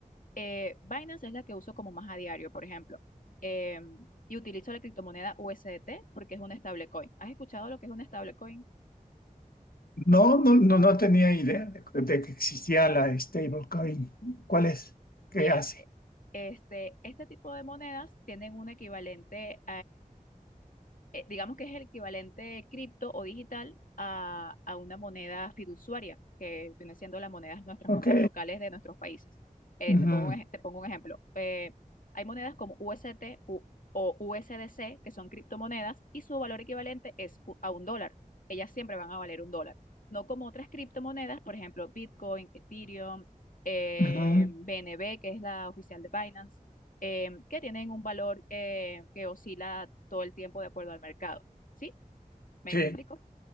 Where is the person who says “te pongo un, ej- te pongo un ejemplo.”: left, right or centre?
Left